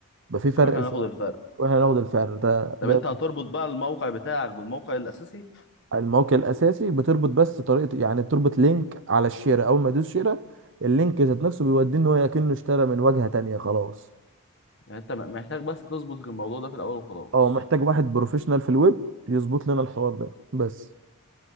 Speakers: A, on the right; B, on the left.
A: يبقى في فرق
B: واحنا
A: سعر
B: هناخد الفرق
A: واحنا ناخد الفرق ده
B: طب
A: ده
B: انت هتربط بقى الموقع بتاعك بالموقع الاساسي
A: الموقع الاساسي بتربط بس طريقه يعني بتربط لينك على الشيره اول ما يدوس شيره اللينك ذات نفسه بيوديه ان هو كأنه اشترى من واجهه تانية خلاص
B: يعني انت م- محتاج بس تظبط الموضوع ده في الاول وخلاص
A: اه محتاج واحد بروفيشنال في الويب يظبط لنا الحوار ده بس